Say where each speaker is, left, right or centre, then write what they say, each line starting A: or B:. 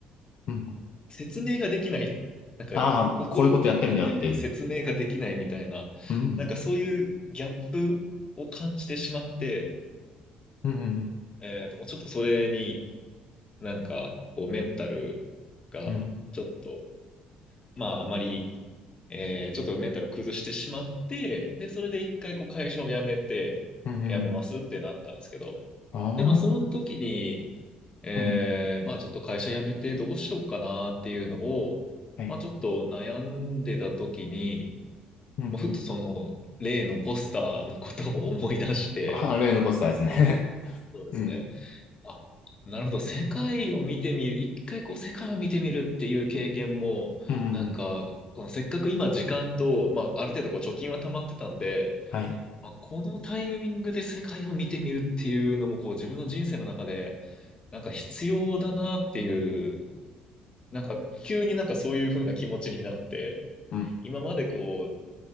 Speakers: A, on the left; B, on the left.
A: うん。
B: 説明ができない、なんか心、
A: ああ、こういうことやってるんだよっていう。
B: 心よく説明ができないみたいな、
A: うん。
B: なんかそういうギャップを感じてしまって、
A: うん。うん。
B: えっと、もうちょっとそれになんかこうメンタルがちょっと、
A: うん。
B: まああまりえーちょっとメンタル崩してしまって、で、それで一回こう会社を辞めて、
A: うん。うん
B: 辞めますってなったんですけど、
A: あ
B: で、まあその時に、えーまあちょっと会社辞めてどうしようかなっていうのを、
A: あー。うん。はい。
B: まあちょっと悩んでた時に、
A: うん。うん
B: まあ、ふっとその例のポスターのことを思い出して、
A: ああ、例のポスターですね。<laughs>
B: そうですね。
A: うん。
B: あなるほど。世界を見てみる。一回こう世界を見てみるっていう経験も、
A: うん。うん。
B: なんか、
A: うん
B: このせっかく今時間と、まあある程度こう貯金は溜まってたんで、
A: はい。
B: まあこのタイミングで世界を見てみるっていうのもこう自分の人生の中で、なんか必要だなっていう、なんか急になんかそういう風な気持ちになって、
A: うん。
B: 今までこう